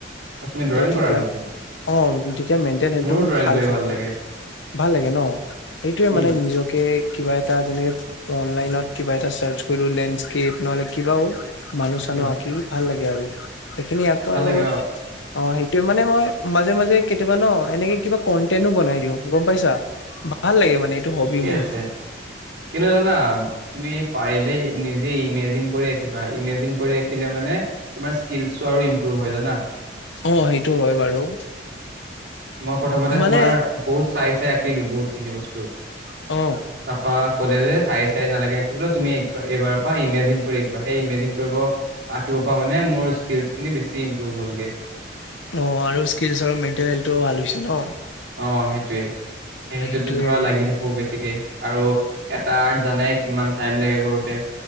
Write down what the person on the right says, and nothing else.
অ' তুমি ড্ৰয়িং
কৰা নেকি?
মোৰো
ড্ৰয়িং
কৰি
লাগে।
উম,
উম।
ভাল
লাগে
ঠিকে
আছে। কিন্তু জানা তুমি পাৰিলে নিজে ইমেজিন কৰি আঁকিবা ইমেজিন কৰি আঁকিলে মানে তোমাৰ স্কিলচো আৰু ইমপ্ৰুভমেণ্ট হয় জানা।
মই প্ৰথমতে
তোমাৰ বহুত চাই, চাই আঁকিলো বহুত খিনি বস্তু।
তাৰপা কলে যে চাই, চাই নালাগে আঁকিবলৈ তুমি এইবাৰৰ পৰা ইমেজিন কৰি আঁকিবা। সেই ইমেজিন কৰিব আঁকিব পৰা মানে মোৰ স্কিলচ খিনি বেছি ইম্প্ৰুভ হলগে।
অ' সেইটোয়ে। সেই সেইটোতো
ধৰা লাগি থাকো। কো বেছিকে আৰু এটা আৰ্ট জানাই কিমান টাইম লাগে কৰোতে।